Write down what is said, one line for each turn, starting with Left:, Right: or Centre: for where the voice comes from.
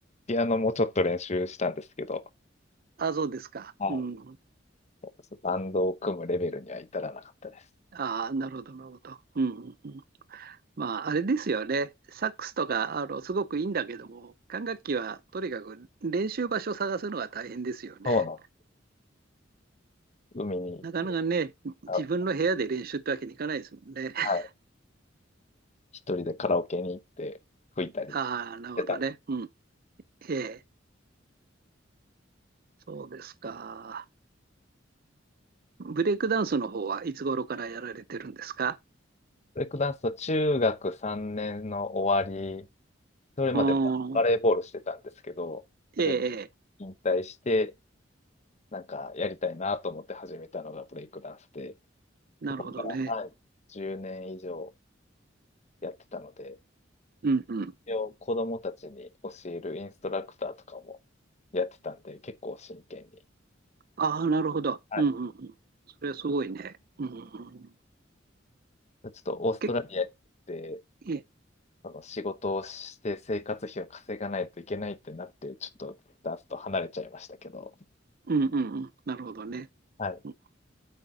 Left: ピアノもちょっと練習したんですけど、
Right: あ、そうですか。
Left: はい。
Right: うん。
Left: やっぱそのバンドを組むレベルには至らなかったです。
Right: ああ、なるほど、なるほど。うん、うんうん。まあ、あれですよね。サックスとか、あの、すごくいいんだけども、管楽器はとにかく練習場所探すのが大変ですよね。
Left: そうなんです。海に行って、
Right: なかなかね、
Left: あ
Right: 自分の部屋で練習ってわけにいかないですもんね。<laughs>
Left: はい。一人でカラオケに行って吹いたりし
Right: ああ、なるほどね。
Left: てた。
Right: うん。ええ、そうですか。ブレイクダンスの方はいつ頃からやられてるんですか
Left: ブレイクダンスは中学3年の終わり、それまでバレーボールしてたんですけど、
Right: うーん。ええ、
Left: それ
Right: ええ、
Left: 引退して、なんかやりたいなと思って始めたのがブレイクダンスで、
Right: なるほどね。
Left: そこから、はい、10年以上やってたので、
Right: うんうん。
Left: 一応子供たちに教えるインストラクターとかもやってたんで、結構真剣に。
Right: ああ、なるほど。
Left: はい、
Right: うんうんうん。それはすごいね。うんうんうん。
Left: ちょっとオーストラリアに行って、
Right: け、ええ、
Left: その仕事をして生活費を稼がないといけないってなって、ちょっとダンスと離れちゃいましたけど、
Right: うんうんうん。なるほどね。
Left: はい。
Right: うん